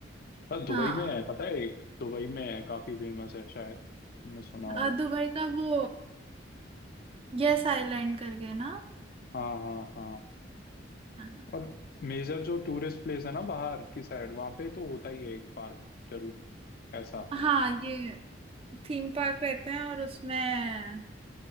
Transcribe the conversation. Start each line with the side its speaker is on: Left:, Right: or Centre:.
Left: हाँ, दुबई
Right: हाँ
Left: में है पता है एक दुबई में है काफी फेमस है शायद तुमने सुना हो
Right: अ, दुबई का वो यस आइलैंड करके ना
Left: हाँ हाँ हाँ
Right: हाँ
Left: और मेजर जो टूरिस्ट प्लेस है ना बाहर की साइड वहाँ पे तो होता ही है एक पार्क जरूर ऐसा
Right: हाँ, ये थीम पार्क रहते हैं और उसमें